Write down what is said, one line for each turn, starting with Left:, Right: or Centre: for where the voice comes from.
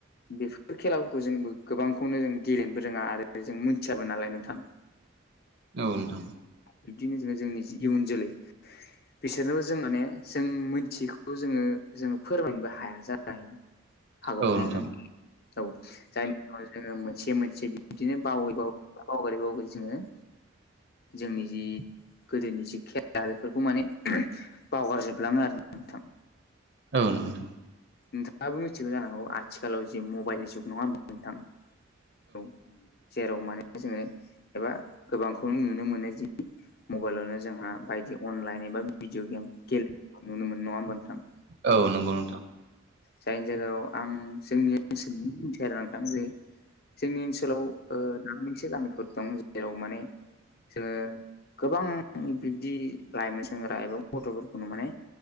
Left: बेफोर खेलाफोरखौ जोंबो गोबांखौनो जों गेलेनोबो रोंङा आरो जों मिथियाबो नालाय नोंथां
Right: औ नोंथां
Left: बिब्दिनो जोंङो जोंनि इयुन जोलै बिसोरनोबो जों माने जों मिथियैखौ जोंङो जोंङो फोरमायनोबो हाया जाबाय हागौ
Right: औ
Left: <unintelligible>
Right: नोंथां
Left: औ जायनि जोंङो मोनसे मोनसे बिदिनो बावै बावै बावगारि बावगारि जोंङो। जोंनि जि गोदोनि जि खेला बेफोरखौ माने बावगारजोबलांङो आरो ना नोंथां
Right: औ नोंथां
Left: नोंथाङाबो मिथिगौ जानो हागौ आथिखालाव जे मबाइलनि जुग नङा मथां औ जेराव माने जोङो एबा गोबांखौ नुनो मोनो जि मबाइलावनो जोंहा बायदि अनलाइन एबा भिडिअ गेम गेलेनायखौ नुनो मोन नङा मोनथां।
Right: औ नंगौ नोंथां।
Left: जायनि जायगायाव आं जोंनि ओनसोलनि मिथि आरो नोंथां जे जोंनि ओनसोल ओनसोलाव औ दाबा मोनसे गामिफोर दं जेराव माने जोङो गोबां बिब्दि लाइमोन सेंग्रा एबा गथ'फोरखौनो माने